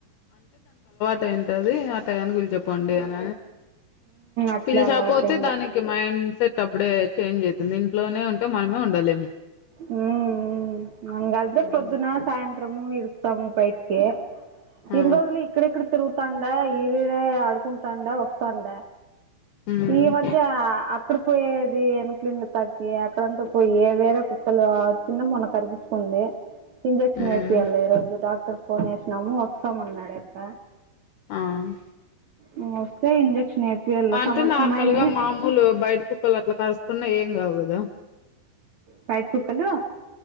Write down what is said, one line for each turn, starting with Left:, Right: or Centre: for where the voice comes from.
Left: తింటాది ఆర్ టయాంకి ఊర్కే పోండి అన
Right: అట్లే
Left: పిల్వపోతే
Right: అలవాటైంది
Left: దానికి మైండ్ సెట్ అప్పుడే చేంజ్ అవుతుంది ఇంట్లోనే ఉంటే మనమే ఉండలేము
Right: హ్మ్ అదే
Left: ఉమ్
Right: పొద్దున సాయంత్రము ఇడ్స్స్తాము బయట్కె
Left: ఆ
Right: ఇన్ని రోజులు ఇక్కడ ఇక్కడ తిరుగుతాండ ఈరే ఆడుకుంటాండా వస్తాండ
Left: ఉమ్
Right: ఈ మధ్య అక్కడ పోయేది వెనకలింలు తగ్గి అక్కడంతా పోయి వేరే కుక్కలు చిన్న మొన్న కరిపించుకుంది ఇంజెక్షన్
Left: ఉమ్
Right: ఏపియాలి ఈ రోజు డాక్టర్ ఫోన్ చేసినాము వస్తామంనాడాక్క
Left: ఆ
Right: నువోస్తే ఇంజెక్షన్ వేపియాలి
Left: అంటే
Right: సంవత్సరం
Left: నార్మల్గా
Right: అయింది
Left: మామూలు బయట కుక్కలు అట్లా కర్స్కుకున్నా ఏం కావుకదా
Right: బైట్ కుక్కలు